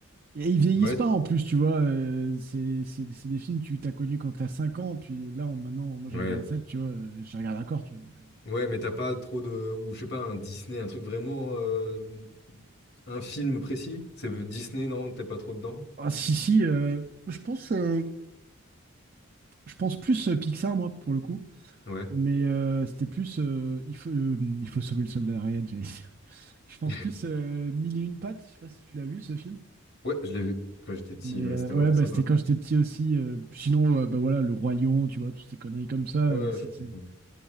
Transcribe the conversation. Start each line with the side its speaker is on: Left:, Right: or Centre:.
Right: Et ils vieillissent
Left: Ouais,
Right: pas en plus, tu vois. euh, c'est c'est- c'est des films que tu t'as connus quand t'as 5 ans, puis là, en- maintenant, moi
Left: ouais.
Right: j'avais vingt sept tu vois, euh, je les regarde encore, tu vois. donc, euh,
Left: Ouais, mais t'as pas trop de... Ou je sais pas, un Disney, un truc vraiment... euh, Un film précis? C'est Disney, non? T'es pas trop dedans?
Right: Ah, si, si, euh, je pense, euh, je pense plus euh, Pixar, moi, pour le coup.
Left: Ouais.
Right: Mais euh, c'était plus. euh, il faut, euh, il faut sauver le soldat Ryan, j'allais dire. <laughs> Je pense
Left: <laughs>
Right: plus euh, Mille et une pattes. Je sais pas si tu l'as vu, ce film.
Left: Ouais, je l'ai vu quand j'étais petit.
Right: Mais
Left: ouais,
Right: euh,
Left: c'était
Right: ouais,
Left: vraiment
Right: bah,
Left: sympa.
Right: c'était quand j'étais petit aussi. euh, sinon, euh, bah voilà, Le Roi Lion, tu vois, toutes ces conneries comme ça.
Left: Ouais,
Right: euh, c'est-
Left: je
Right: c'est-
Left: comprends.